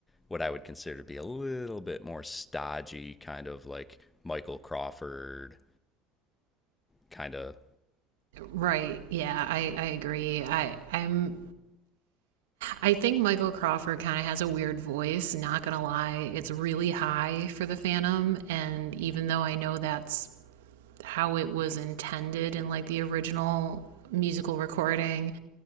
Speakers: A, on the left; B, on the right.
A: what I would consider to be a little bit more stodgy kind of like Michael Crawford kind of
B: right. Yeah, I, I agree. I I'm I think Michael Crawford kind of has a weird voice, not gonna lie. It's really high for the Phantom, and even though I know that's how it was intended in like the original musical recording,